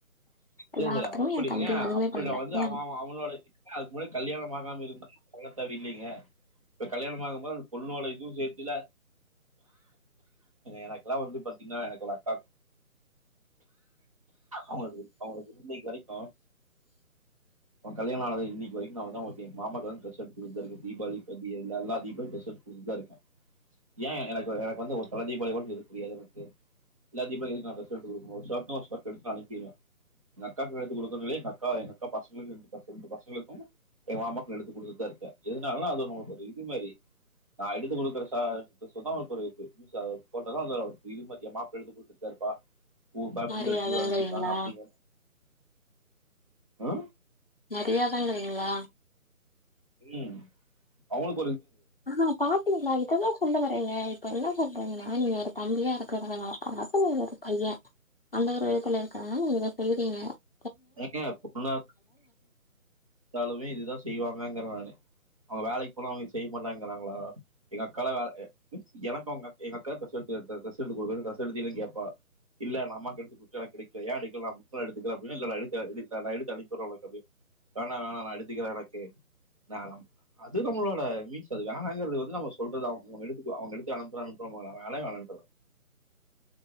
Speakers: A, on the right (about 25°); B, on the left (about 40°).
A: சேரி
B: எல்லாத்துக்குமே
A: சேரி அப்புடி
B: எ தம்பி
A: ஏ
B: எதுவுமே
A: அப்புடி
B: பண்ணல
A: அவ வந்து
B: ஏ
A: அவ அவ அவனோட <unintelligible> அதுக்கு முன்ன கல்யாணம் ஆகாம இருந்தா <unintelligible> இல்லிங்க இப்ப கல்யாணம் ஆகும்போது அந்த பொண்ணோட இதுவு சேத்துல்ல எனக்குல்லா வந்து பாத்தீங்கன்னா எனக்கு ஒரு அக்கா அவங்க <unintelligible> அவங்களுக்கு இன்னைக்கி வரைக்கு அவ கல்யாணோ ஆனது இன்னிக்கு வரைக்கு நா வந்து அவங்களுக்கு எங் மாமாக்கு வர டிரஸ் எடுத் குடுத் தா இருக்கே தீபாவளி ப தி எல்லா தீப டிரஸ் குடுத்துட்தா இருக்க ஏன் எனக்கு எனக்கு வந்து ஒரு தல தீபாவளிக்கு எடுக் தெரியாது எனக்கு எல்லா தீபாவளிக்கும் நான் ஒரு ட்ரெஸ் எடுத்து குடுக்கும்போது <unintelligible> அனுப்பிடுவே எங்க அக்காக்கு எடுத்து குடுக்கதுனாலே எங்க அக்கா எங்க அக்கா பசங்களுக்கு <unintelligible> பசங்களுக்கும் எங்க மாமாக்கும் எடுத்து குடுத்துட்டுதா இருக்கே எதுனாலா அது <unintelligible> இது மாரி நான் எடுத்து குடுக்குற சா டிரஸ்சு அவருக்கு ஒரு இது <unintelligible> போட்டதா அந்த இது பாத்தியா எ மாப்ள எடுத்து குடுத்துருக்காருப்பா உங்க ஃபேமிலில
B: மரியாதங்கிறீங்களா
A: எடுத்து அனுப்பிருக்காங்க அப் <unintelligible> அ
B: மரியாதங்குறிங்களா
A: ம் அவங்களுக்
B: ஆனா பாத்தீங்களா இததா சொல்ல வரேங்க இப்பல்லா சொல்றங்க நானு என்னோட தம்பியா இருக்கிறத <unintelligible> ஒரு பையன் அந்த ஒரு இடத்துல இருக்குறவ <unintelligible>
A: ஏங்க <unintelligible> ந்தாலுமே இதுதா செய்வாங்கங்கிறே நானு அவங்க வேலைக் போனா அவங்க செய்ய மாட்டாங்குறாங்களா எங்க அக்காலா வேல எ ம் எனக்கு அவங்க அக் எங்க அக்கா ட்ரெஸ் எடுத்து த ட்ரெஸ் குடுக்கு ட்ரெஸ் எடுத்திங்களே கேப்பா இல்ல நா அம்மாக்கு எடுத்து குடுத்தே ஏனக் எடுக்கலையா <unintelligible> நா முத்தோ எடுத்துக்குறே <unintelligible> எடுத்து அனுப்பி உட்ர உனக்கு அப்டின் வேணா வேணா நா எடுத்துக்குற எனக்கு நாலம் அது நம்பளோட மீன்ஸ் அது வேணாங்குறது வந்து நம்ம சொல்றது <unintelligible> வேலே வேணான்ட்ருவ